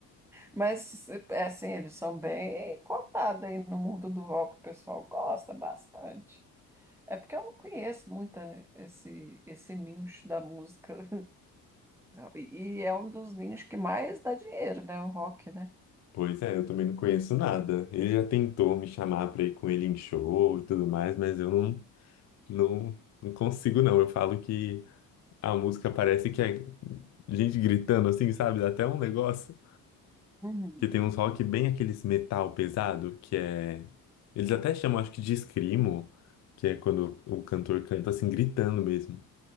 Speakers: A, in the centre; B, on the left.
A: Mas, é assim, eles são bem cotados aí no mundo do rock, o pessoal gosta bastante. É porque eu não conheço muito eh, esse, esse nicho da música. <laughs> E e é um dos nichos que mais dá dinheiro, né? O rock, né?
B: Pois é, eu também não conheço nada. Ele já tentou me chamar pra ir com ele em show e tudo mais, mas eu não, não, não consigo, não. Eu falo que a música parece que é gente gritando assim, sabe? Dá até um negócio.
A: Uhum.
B: Que tem uns rock bem aqueles metal pesado, que é. Eles até chamam, acho que de screamo, que é quando o cantor canta assim, gritando mesmo.